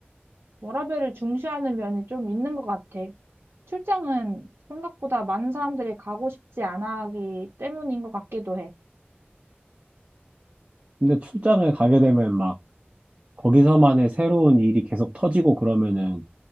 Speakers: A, on the right; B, on the right.
A: 워라밸을 중시하는 면이 좀 있는 것 같아. 출장은 생각보다 많은 사람들이 가고 싶지 않아 하기 때문인 것 같기도 해.
B: 근데 출장을 가게 되면 막 거기서만의 새로운 일이 계속 터지고 그러면은